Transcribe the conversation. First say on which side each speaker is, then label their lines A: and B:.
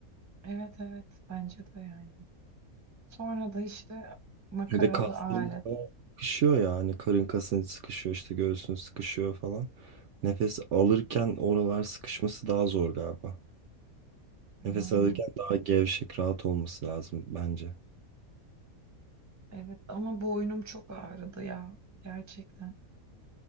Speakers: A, on the right; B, on the right.
A: Evet evet bence de yani. Sonra da işte makaralı
B: Bir de kasların
A: alet.
B: falan sıkışıyor yani karın kasın sıkışıyor işte göğsün sıkışıyor falan. Nefes alırken oralar sıkışması daha zor galiba.
A: Ha,
B: Nefes alırken daha gevşek rahat olması lazım bence.
A: evet ama boynum çok ağrıdı ya gerçekten.